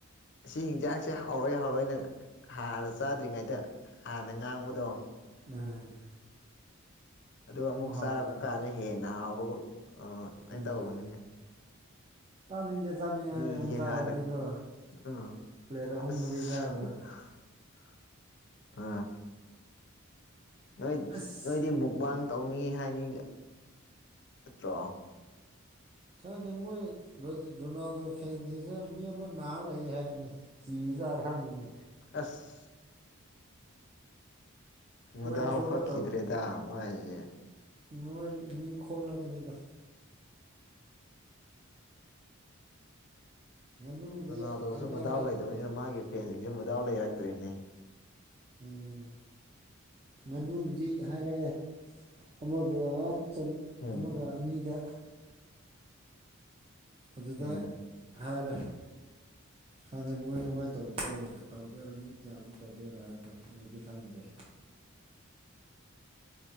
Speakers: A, on the left; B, on the right.
A: ꯁꯤ ꯍꯤꯟꯖꯥꯛꯁꯦ ꯍꯥꯎꯔꯣꯏꯏ ꯍꯥꯎꯔꯏꯅ ꯍꯥꯟꯅ ꯆꯥꯗ꯭ꯔꯤꯉꯩꯗ ꯍꯥꯟꯅ ꯉꯥꯡꯕꯗꯣ
B: ꯎꯝ꯫
A: ꯑꯗꯨꯒ ꯑꯃꯨꯛ
B: ꯍꯥꯎꯕꯅꯦ
A: ꯆꯥꯔꯛꯄꯥꯟꯅꯤ ꯍꯦꯟꯅ ꯍꯥꯎꯕꯒꯨꯝ ꯑ ꯑꯗꯨꯃꯥꯏꯅ
B: ꯎꯝ
A: ꯇꯧꯕꯅꯤꯅꯦ꯫
B: ꯆꯥꯅꯤꯡꯗꯦ ꯆꯥꯅꯤꯡ
A: ꯃꯤꯖ
B: ꯍꯥꯏꯔꯒ ꯑꯃꯨꯛ ꯆꯥꯔꯗꯤꯀꯣ
A: ꯍꯥꯟꯅ ꯑꯝ꯫
B: ꯄ꯭ꯂꯦꯠ ꯑꯍꯨꯝ
A: ꯑꯁ
B: ꯃꯔꯤ ꯆꯥꯕꯗꯣ
A: <unintelligible> ꯑ ꯅꯣꯏ
B: ꯑꯁ
A: ꯅꯣꯏꯗꯤ ꯃꯨꯛꯕꯥꯥꯡ ꯇꯧꯅꯤ ꯍꯥꯏꯅꯤ ꯅꯠꯇ꯭ꯔꯣ
B: ꯈꯪꯗ‌ꯦ ꯃꯣꯏ ꯔꯣꯅꯥꯜꯗꯣ ꯐꯦꯟꯁꯤꯡꯁꯤ ꯃꯤ ꯑꯃ ꯅꯥꯔ ꯂꯩ ꯍꯥꯏꯅꯤ ꯀꯤꯖꯔ ꯈꯪꯗ‌ꯦꯅꯦ
A: ꯑꯁ ꯃꯗꯥꯎ
B: ꯃꯣꯏ ꯊꯣꯛꯄ
A: ꯐꯠꯈꯤꯗ꯭ꯔꯦꯗ ꯃꯥꯏꯁꯦ
B: ꯃ‌ꯣꯏ ꯃꯤ ꯈꯣꯝꯂꯛꯀꯅꯤꯗ ꯉꯥꯅꯨꯕꯨꯗꯤ
A: ꯔꯣꯅꯥꯜꯗꯣꯁꯨ
B: ꯍꯥꯏꯅꯔꯦ
A: ꯃꯗꯥꯎ ꯂꯩꯇꯕꯅꯤꯅ ꯃꯥꯒꯤ ꯐꯦꯟꯁꯤꯡꯁꯨ ꯃꯗꯥꯎ ꯂꯩꯔꯛꯇ꯭ꯔꯦꯅꯦ
B: ꯎꯝ ꯉꯥꯅꯨꯕꯨꯗꯤ ꯍꯥꯏꯔꯑꯦ ꯑꯃꯒ ꯆ
A: ꯎꯝ
B: ꯑꯃꯒ ꯑꯅꯤꯗ ꯑꯗꯨꯗ
A: ꯎꯝ
B: ꯍꯥꯏꯔꯦ ꯍꯥꯟꯅꯩ ꯃꯣꯏ ꯀꯃꯥꯏꯅ ꯇꯧꯗ ꯇꯧꯗꯣꯏꯔꯣ ꯃꯤ ꯀꯌꯥꯃꯨꯛ ꯇꯧꯗꯣꯏꯔꯥ ꯍꯥꯏꯕꯗꯣ ꯑꯗꯨꯗꯤ ꯈꯪꯗꯦ